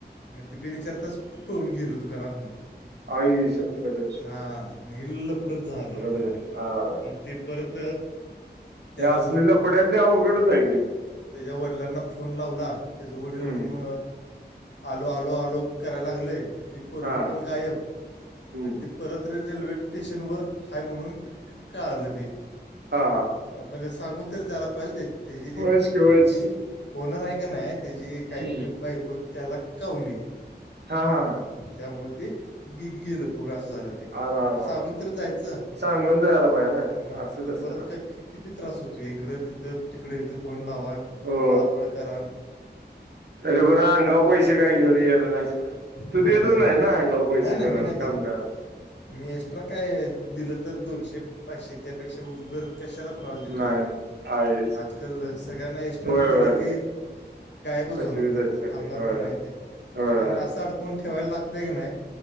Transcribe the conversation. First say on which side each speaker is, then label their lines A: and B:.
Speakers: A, on the left (about 80°); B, on the right (about 70°).
A: मग ते बिन ईचारताच पळून गेलं दुकानातनं.
B: आई शपथच
A: हा मग हे लफडच झालं.
B: होय? आर, आर.
A: मग ते परत त्याला
B: या असले लफड्यातले अवघडच हाय की.
A: तेज्या वडलांना फोन लावला, त्याज वडील
B: हम्म.
A: म आलो, आलो, आलो करायला लागलंय. ती पोरगं
B: हा
A: पण गायब
B: हम्म.
A: आणि ते परत र-रेल्वे स्टेशनवर हाय म्हणून क-क-कळालं ते.
B: हा, हा.
A: म्हणजे सांगून तर झायाला पाहिजे. त्या तेजी ते
B: व्हायच की व्हायच
A: जी ओनर हाय का नाही त्याची काहीतरी
B: की
A: बायको त्याला कावली.
B: हा हा हा
A: त्यामुळं ते गे-गेलं पळून असं झालं. ते
B: आरा
A: पण
B: रा रा
A: सांगून
B: रा,
A: तरी जायचं
B: सांगून जायला पाहिजे ना.
A: मग
B: असं
A: ती
B: कसं
A: परत
B: ना
A: क-क-किती त्रास होतोय. हिकडं तिथं तिकडं इथं फोन लावान.
B: हो
A: पळापळ करान.
B: तरी बरं अंगाव पैसे काय घेऊन गेलं नाही. त्यो
A: होय
B: देतच
A: होय
B: नाही ना अंगाव पैसे
A: नाही ना
B: कुणाला
A: मी नाही देत
B: कमगाराला.
A: मी एक्स्ट्रा काय दिलं तर दोनशे पाचशे त्यापेक्षा वर कशाला कुणाला देतोया.
B: नाही ना आईच
A: आजकाल सगळ्यांना एक्स्ट्रा
B: होय
A: दिलं
B: होय
A: की गायबच
B: फसवीत
A: होणार ते.
B: आहेत सगळे
A: थांबणार
B: होय
A: पण नाही ते.
B: होय
A: त्यांना असा अड कून ठेवाय लागतंय की नाही,